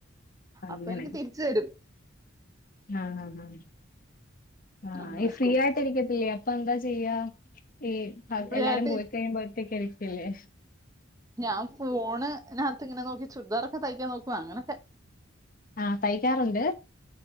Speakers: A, on the left; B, on the right.
A: അങ്ങനെ
B: അപ്പൊനിക്ക് തിരിച്ചു തരും
A: ആഹ് ആഹ് ആഹ് ആഹ്
B: അങ്ങനെ
A: ഈ
B: സ്കൂൾ
A: ഫ്രീ ആയിട്ടിരിക്കത്തില്ലേ പ്പന്താ ചെയ്യാ ഈ
B: ഫ്രീ
A: എല്ലാരും
B: ആയിട്ട്
A: പോയി കഴിയുമ്പോ ഒറ്റക്കിരിക്കില്ലേ
B: ഞാൻ ഫോണ് നകത്ത് ഇങ്ങനെ നോക്കി ചുര്ദാറൊക്കെ തയ്ക്കാൻ നോക്കും അങ്ങനൊക്കെ
A: ആഹ് തൈക്കാറുണ്ട്